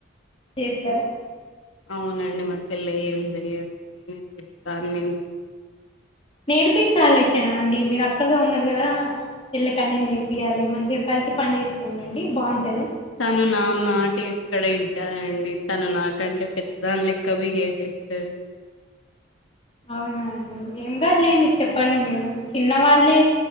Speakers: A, on the left; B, on the left.
A: చేస్తారా
B: అవునండి మా చెల్ల ఏం చెయదు నేనే చేస్తా అని ఇంట్లో
A: నేర్పించలి అయితే అండి మీరు అక్కగా ఉన్నారు కదా చెల్లకన్నీ నేర్పియాలి మంచిగా కలిసి పని చేసుకోండి బాగుంటది
B: తను నా మాట ఎక్కడ వింటాది అండి తను నాకంటే పెద్దదాని లేక బిహేవ్ చేస్తాది
A: అవునా అండి ఏం కాదులేండి చెప్పండి మీరు చిన్న వాళ్ళే